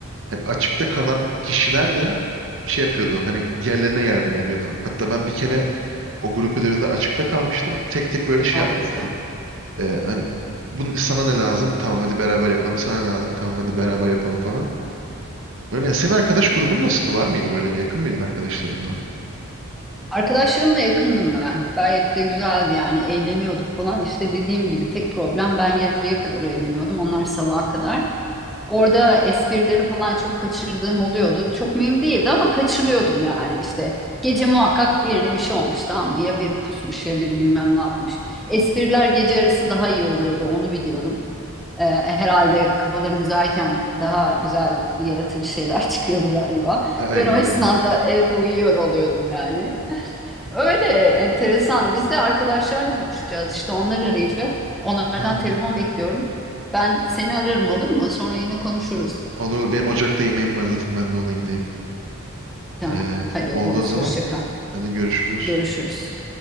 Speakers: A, on the right; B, in the centre.
A: Yani açıkta kalan kişiler de şey yapıyordu. Hani diğerlerine yardım ediyordu. Hatta ben bir kere o grup ödevinde açıkta kalmıştım. Tek tek böyle şey
B: Harika.
A: yapmıştım. Ee, hani bunun sana ne lazım? Tamam hadi beraber yapalım. Sana ne lazım? Tamam hadi beraber yapalım falan. Öyle. Senin arkadaş grubun nasıldı? Var mıydı böyle? Yakın mıydın arkadaşlarınla?
B: Arkadaşlarımla yakındım ben. Gayet de güzeldi yani eğleniyorduk falan. İşte dediğim gibi tek problem ben yarıya kadar eğleniyordum. Onlar sabaha kadar. Orada esprileri falan çok kaçırdığım oluyordu. Çok mühim değildi ama kaçırıyordum yani işte. Gece muhakkak birine bir şey olmuş tamam mı? Ya biri kusmuş ya biri bilmem ne yapmış. Espriler gece arası daha iyi oluyordu onu biliyorum. Ee, herhalde kafaları güzelken daha güzel yaratıcı şeyler <laughs> çıkıyordu galiba.
A: E, öyle
B: Ben o
A: öyle.
B: esnada evde uyuyor oluyordum yani. Öyle enteresan. Biz de arkadaşlarla buluşacağız işte onlar arayacak. Onlardan
A: Ha,
B: telefon bekliyorum. Ben seni ararım olur mu? Sonra yine konuşuruz.
A: olur olur. Benim ocakta yemeğim var zaten. Ben de ona gideyim.
B: Tamam.
A: Ee,
B: Hadi
A: oldu
B: Oğuz,
A: o zaman.
B: hoşça kal.
A: Hadi görüşürüz.
B: Görüşürüz.